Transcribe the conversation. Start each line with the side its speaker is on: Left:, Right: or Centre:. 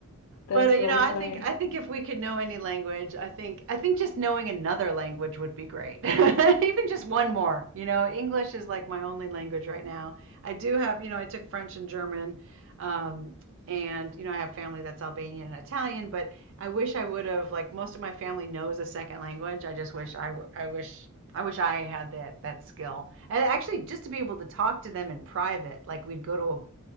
Left: That's
Right: But uh, you
Left: really
Right: know, I
Left: funny.
Right: think I think if we could know any language, I think I think just knowing another language would be great. <laughs> Even just one more. You know, English is like my only language right now. I do have, you know, I took French and German, um, and you know, I have family that's Albanian and Italian. But I wish I would have like most of my family knows a second language. I just wish I w- I wish I wish I had that that skill. And actually, just to be able to talk to them in private, like we'd go to a